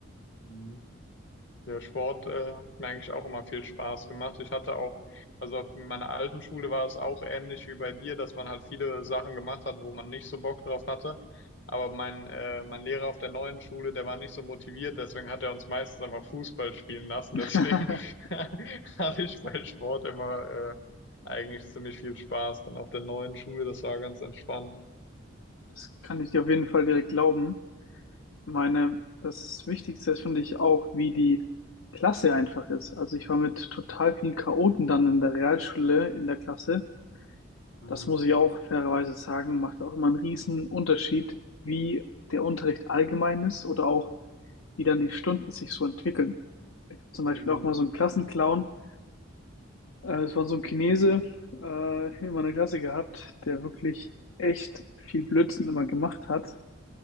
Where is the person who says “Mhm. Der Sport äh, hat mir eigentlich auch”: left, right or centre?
Left